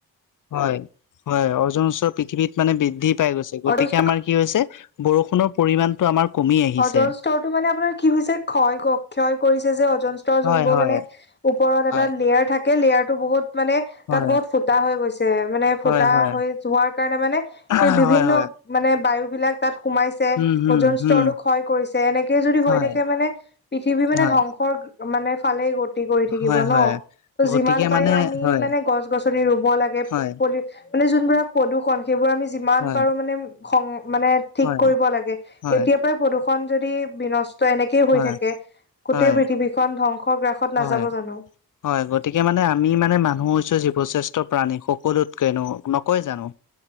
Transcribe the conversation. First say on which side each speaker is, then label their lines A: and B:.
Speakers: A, on the left; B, on the left.
A: হয় হয় অৰ্জুন চৰ পৃথিৱীত মানে বৃদ্ধি পাই গৈছে
B: এতিয়া
A: গতিকে আমাৰ কি হৈছে বৰষুণৰ পৰিমণটো আমাৰ কমি আহিছে
B: অজন স্তৰটো মানে আপুনাৰ কি হৈছে ক্ষয় গ ক্ষয় কৰিছে যে অজন স্তৰৰ
A: হয়
B: জোনবোৰ
A: হয়
B: মানে উপ্ ওপৰত এটা
A: হয়
B: লেয়াৰ থাকে লেয়াৰ টো বহুত মানে
A: হয়
B: তাত বহুত ফুটা হৈ গৈছে। মানে ফুটা
A: হয় হয়
B: হৈ যোৱাৰ কাৰণে মানে
A: হয়
B: সেই বিভিন্ন
A: হয়
B: মানে বায়ু বিলাক তাত সোমাইছে
A: উম হম
B: অজন
A: হম
B: স্তৰো ক্ষয় কৰিছে এনেকে যদি
A: হয়
B: হৈ থাকে মানে পৃথিৱী মানে
A: হয়
B: ধ্বংসৰ মানে ফালেই গ কৰি থাকিব
A: হয়
B: ন
A: হয়
B: ত
A: গতিকে
B: যিমান পাৰি
A: মানে
B: আমি
A: হয়
B: মানে গছ গছনি ৰুব লাগে,
A: হয়
B: পলি মানে যোনবোৰাক প্ৰদূষন সেইবোৰ আমি যিমান
A: হয়
B: পাৰো মানে মানে ঠিক
A: হয়
B: কৰিব লাগে।
A: হয়
B: এতিয় পৰা প্ৰদূষণ যদি বিনষ্ট এনেকেই হৈ
A: হয়
B: থাকে গোটেই
A: হয়
B: পৃথিৱীখনন ধ্বংস গ্ৰাসত নাযাব
A: হয়
B: জানো?
A: হয়, গতিকে মানে আমি মানে মানুহ চ জীৱশ্ৰেষ্ঠ প্ৰাণী সকলোতকেনো নকয় জানোঁ?